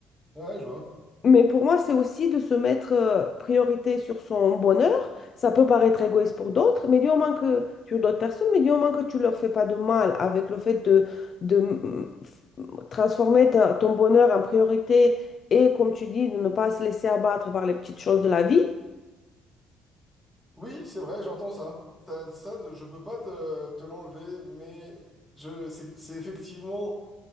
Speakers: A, in the centre; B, on the left.
A: Ouais, ouais, je vois.
B: Mais pour moi, c'est aussi de se mettre euh, priorité sur son bonheur. Ça peut paraître égoïste pour d'autres, mais du moment que tu d'autres personnes, mais du moment que tu leur fais pas de mal avec le fait de, de mm, f- transformer ta- ton bonheur en priorité et, comme tu dis, de ne pas se laisser abattre par les petites choses de la vie,
A: Oui, c'est vrai, j'entends ça. Ça, ça, je peux pas te, te l'enlever, mais je, c'est, c'est effectivement